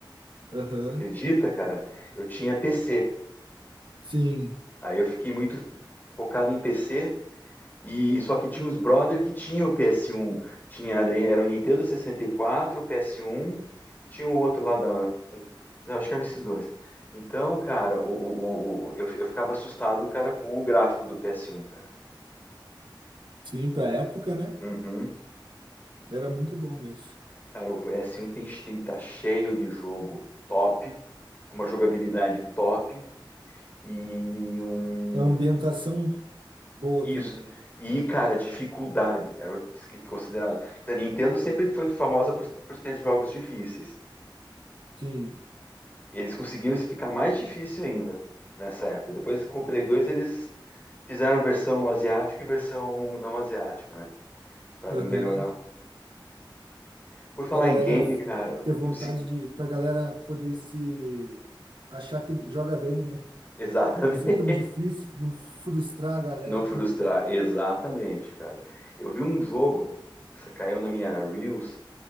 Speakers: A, on the right; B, on the left.
A: Aham.
B: Você Acredita, cara? Eu tinha PC.
A: Sim,
B: Aí eu fiquei muito focado em PC e só que tinha uns brother que tinha o PS1, tinha daí era o Nintendo 64, o PS1 e tinha o outro lá da Não, acho que eram esses dois. Então, cara, o, o, o- o- eu, eu ficava assustado, cara, com o gráfico do PS1, cara.
A: sim, pra época, né?
B: Uhum.
A: Era muito bom mesmo.
B: Cara, o PS1 tem, tem tá cheio de jogo top, com uma jogabilidade top. e um.
A: A ambientação boa
B: Isso.
A: também, né?
B: E, cara, dificuldade era o que considerado. A Nintendo sempre foi famosa por, por ter jogos difíceis.
A: Sim,
B: Eles conseguiram ficar mais difícil ainda nessa época. Depois com o Play 2, eles fizeram versão asiática e versão não asiática, né? Para
A: aham.
B: melhorar. Por falar
A: Pra galera
B: em game, cara,
A: ter vontade
B: consegui-
A: de. Pra galera poder se. achar que joga bem, né?
B: <laughs> exatamente.
A: Não ser tão difícil, não frustrar a galera
B: Não
A: tanto.
B: frustrar, exatamente, cara. Eu vi um jogo, isso caiu na minha Reels,